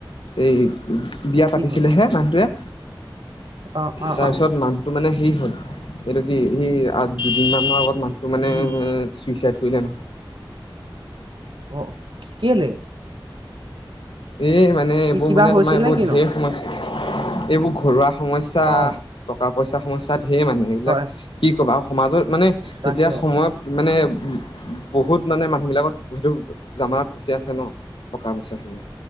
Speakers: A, on the left; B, on the right.
A: এই, বিয়া
B: কি
A: পাতিছিলেহে
B: হ'ল
A: মানুহটোৱে,
B: অ অ
A: তাৰপিছত
B: অ
A: মানুহটো মানে হেই হ'ল এইটো কি, দুদিন মানৰ আগত মানুহটো মানে
B: উম
A: চুইচাইড কৰিলে। উ <inaudible>
B: অ কেলে,
A: এই মানে এইবোৰ
B: কি কিবা
A: মানে
B: হৈছিল
A: তোমাৰ এইবোৰ
B: নে কিনো
A: ধেৰ সমস্যা এইবোৰ ঘৰুৱা সমস্যা
B: অ
A: টকা পইচা। পইচা সমস্যা, সেয়ে মানে এইবিলাক
B: হয়
A: কি ক'বা আৰু সমাজত মানে
B: তাকে
A: এতিয়া সময়ত মানে, উ বহুত মানে মানুহ বিলাকত সেইটো জামানত ফচি আছে ন টকা পইচা খিনি,